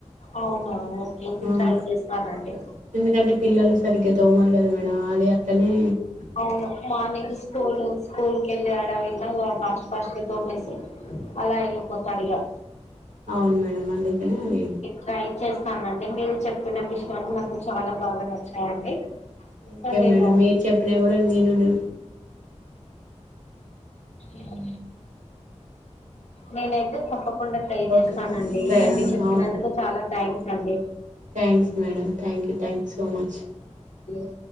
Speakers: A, on the left; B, on the right.
A: అవునా, ఓకే ఇది
B: ఆ
A: ట్రై చేస్తానండి
B: ఎందుకంటే పిల్లలు సరిగ్గా తోమరు కదా మేడం అదే అక్కనే
A: అవును మార్నింగ్ స్కూల్ స్కూల్ కెళ్ళే హడావిలా ఫాస్ట్ ఫాస్ట్ గా తోమేసి అలా వెళ్ళిపోతారు ఇక
B: అవును మేడం అందుకనే అది
A: ట్రై చేస్తానండి మీరు చెప్పిన విషయాలు నాకు చాలా బాగా నచ్చాయండి
B: ఓకే
A: సో నేను
B: మేడం మీరు చెప్ అప్పున కూడా మీ నుండి
A: అ నేనైతే తప్పకుండా ట్రై చేస్తాన
B: ఓకే
A: అండి
B: థా-
A: ఇవన్నీ చెప్పినందుకు
B: అవును
A: చాలా థ్యాంక్స్ అండి
B: thanks madam thank you thank you so much
A: E